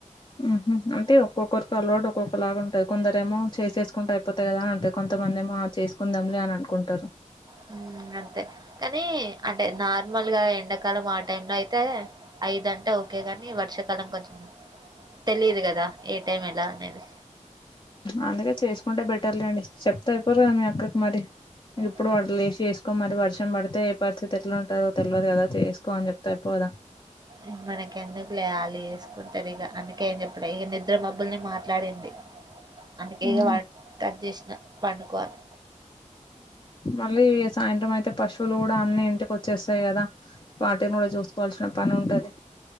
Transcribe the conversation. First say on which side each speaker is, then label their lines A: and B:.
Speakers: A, on the left; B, on the right.
A: ఉహు అంటే ఒక్కొక్కరికి అలోడ్ ఒక్కొక్కలాగా ఉంటుంది కొందర ఏమో చేసేసుకుంట అయిపోతయి కదా అంటది కొం కొంతమంది ఏమో చేసుకుందాంలే అని అనుకుంటారు
B: హు అంతే కానీ అంటే నార్మల్ గా ఎండాకాలం ఆ టైం లో అయితే ఐదంటే ఓకేగాని వర్షాకాలం కొంచెం తెలిదు గదా ఏ టైం ఎలా అనేది
A: అందుకే చేసుకుంటే బెటర్లేండి చెప్తా ఐపోరు కానీ అక్కకి మరి ఇప్పుడు
B: హ్మ్.
A: వాలు వేసి చేసుకో మరి వర్షం పడితే ఏ పరిస్థితి ఎట్లా ఉంటదో తెల్వదు కదా చేసుకో అని చెప్తే అయిపోదా
B: ఇ మనక ఎందుకులే యాల్లు వేసుకుంటరు ఇగ అందుకే ఏం చెప్పడ ఇక నిద్ర మబ్బుల్ని మాట్లాడింది అందుకేేక
A: ఉమ్
B: కట్ చేసిన పండుకోవాలి
A: మళ్ళీ సాయంత్రం అయితే పశువులు కూడా అన్ని ఇంటికి వచ్చేస్తాయి కదా వాటిని కూడా చూసుకోవాలి సిన పని ఉంటది